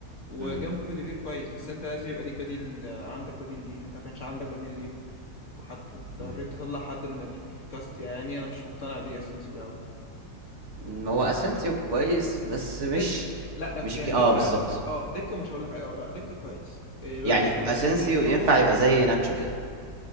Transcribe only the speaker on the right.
مم.
مم.
هو اسينسيو كويس بس مش
مش
الك- اه
بالظبط
يعني
اسينسيو
ينفع يبقى زي ناتشو كده